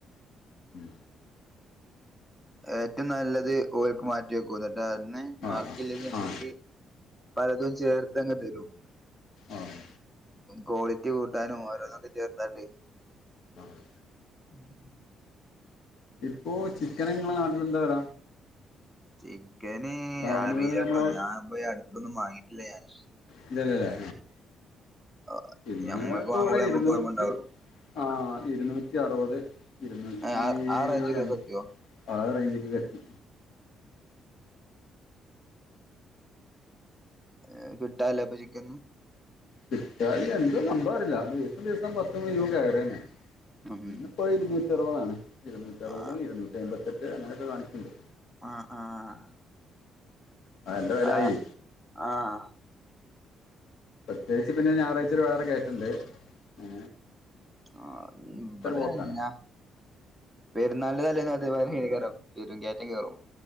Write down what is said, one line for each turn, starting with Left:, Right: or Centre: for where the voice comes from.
Left: ഉം
Centre: ഏറ്റവും നല്ലത് ഓർക്ക് മാറ്റി വെക്കുംന്ന കേട്ട് അന്നെ
Left: ആ
Centre: ബാക്കിയല്ലത് നമ്മുക്ക്
Left: ആ ആ
Centre: പലതും ചേർത്ത്ങ്ങ് തരും
Left: ആഹ്
Centre: കോളിറ്റി കൂട്ടാനും ഓരോന്നു ഒക്കെ ചേർത്താണ്ട്
Left: ആഹ്
Centre: ഉം ഉ
Left: ഇപ്പോചിക്കന് നിങ്ങളെ നാട്ടിൽ എന്താ വില
Centre: ചിക്കന്
Left: അവിടുന്ന്
Centre: അറിയില്ലട്ടോ
Left: നമ്മളെ
Centre: ഞാൻ പോയി അടുത്തൊന്നും വാങ്ങിട്ടില്ല ഞാൻ
Left: ഇല്ലല്ലല്ലേ
Centre: ഞാൻ
Left: പിന്ന
Centre: ഞമ്മക്ക്
Left: ഇപ്പ
Centre: വാങ്ങുമ്പോളേ
Left: ഇവിടെ
Centre: നമ്മക്ക്
Left: ഇരുന്നൂറ്റി
Centre: ഓർമ്മ ഉണ്ടാവുള്ളു
Left: ആ ഇരുന്നൂറ്റി അറുപത് ഇരുന്നൂറ്റി
Centre: ആ ആ റേഞ്ചൊക്കെ
Left: എൻ
Centre: എത്തിയോ
Left: ആറേജിക്ക്ക് കത്തി
Centre: ഏ കിട്ടാനില്ല അപ്പൊ ചിക്കനൊന്നും
Left: കിട്ടാനില്ല എന്താ സംഭവം അറില്ല ദിവസം ദിവസം പത്തും ഇരുപതും കേറി വന്നെ
Centre: ഉം
Left: ഇന്നിപ്പോ ഇരുന്നൂറ്റി അറുപതാണ് ഇരുന്നൂറ്റ അറുപതും
Centre: ആ
Left: ഇരുന്നൂറ്റി അമ്പത്തി എട്ട് അങ്ങനെയൊക്കെ കാണിക്കുന്നുണ്ട്
Centre: ആഹ്ആഹ്
Left: ആ നല്ല വിലായി
Centre: ആഹ് ആഹ്
Left: പ്രത്യേകിച്ച് പിന്നെ ഞായറാഴ്ച ഒരു വേറെ കേറ്റണ്ട് ഏ
Centre: ആ ഇവിടെ
Left: പോക്കാണ്
Centre: ന്നാ പെരുന്നാള് തലേന്ന് അതേ മാതിരി ആയിരിക്കുലൊ ശെരി കേറ്റം കയറും